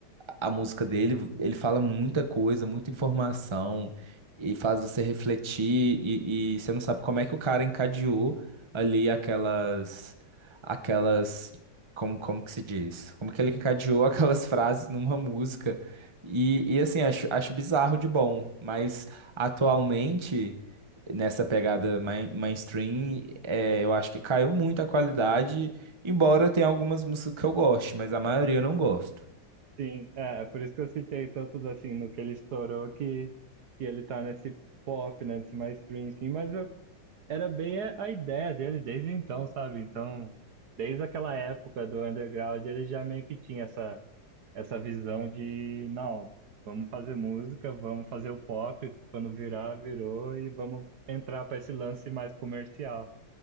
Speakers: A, on the right; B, on the right.
A: a música dele, ele fala muita coisa, muita informação, e faz você refletir, e, e você não sabe como é que o cara encadeou ali aquelas, aquelas, como, como que se diz? Como que ele encadeou <laughs> aquelas frases numa música. E, e assim, acho, acho bizarro de bom, mas atualmente, nessa pegada main- mainstream, é, eu acho que caiu muito a qualidade, embora tenha algumas músicas que eu goste, mas a maioria eu não gosto.
B: Sim, é, é por isso que eu citei tanto assim no que ele estourou que, que ele tá nesse pop, né? Nesse mainstream, sim. Mas eu era bem a a ideia dele desde então, sabe? Então, desde aquela época do underground, ele já meio que tinha essa, essa visão de, não, vamos fazer música, vamos fazer o pop, quando virar, virou, e vamos entrar para esse lance mais comercial.